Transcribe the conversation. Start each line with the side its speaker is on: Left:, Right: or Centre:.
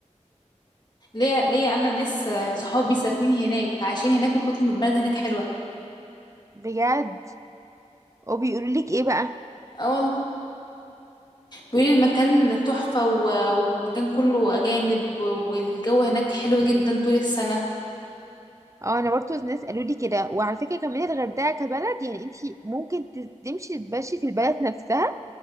Left: ليه ليه أنا ناس آه، صحابي ساكنين هناك عايشين هناك من كتر ما البلد هناك حلوة
Right: بجد وبيقولوا لك ايه بقى
Left: اه والله بيقولوا المكان تحفة و- والمكان كله أجانب والجو هناك حلو جدا طول السنة
Right: اه انا برضو ناس قالوا لي كده وعلى فكرة كمان الغردقة كبلد يعني انت ممكن تمشي تتمشي في البلد نفسها